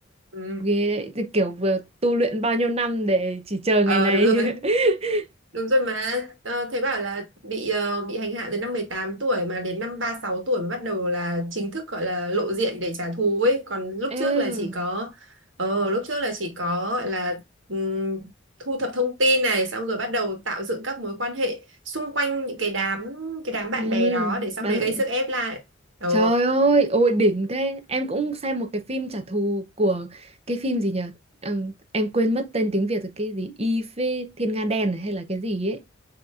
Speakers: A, on the right; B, on the right.
A: ừ.
B: ghê đấy, thì kiểu vừa tu luyện bao nhiêu năm để chỉ chờ ngày
A: ờ
B: này.
A: đúng rồi
B: <laughs>
A: Đúng rồi mà ờ, thế bảo là bị ờ, bị hành hạ từ năm 18 tuổi mà đến năm ba sáu tuổi mới bắt đầu là chính thức gọi là lộ diện để trả thù ấy còn lúc
B: Ê,
A: trước là chỉ có ờ lúc trước là chỉ có gọi là ừm, thu thập thông tin này xong rồi bắt đầu tạo dựng các mối quan hệ xung quanh những cái đám cái đám bạn
B: ừ,
A: bè đó để sau
B: bán
A: này
B: bạn
A: gây sức ép lại ờ
B: trời ơi ôi đỉnh thế em cũng xem một cái phim trả thù của cái phim gì nhỉ Ừm, em quên mất tên tiếng Việt rồi cái gì y phê thiên nga đen à, hay là cái gì ấy